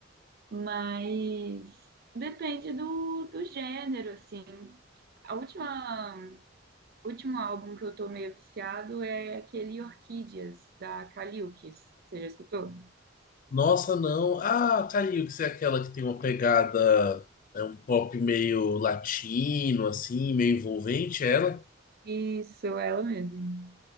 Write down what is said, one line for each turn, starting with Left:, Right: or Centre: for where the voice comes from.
Right: Mas depende do, do gênero, assim. A última, último álbum que eu tô meio viciado é aquele Orquídeas, da Kaliukis. Você já escutou?
Left: Nossa, não. Ah, caiu, que você é aquela que tem uma pegada, é um pop meio latino, assim, meio envolvente, é ela.
Right: Isso, ela mesmo.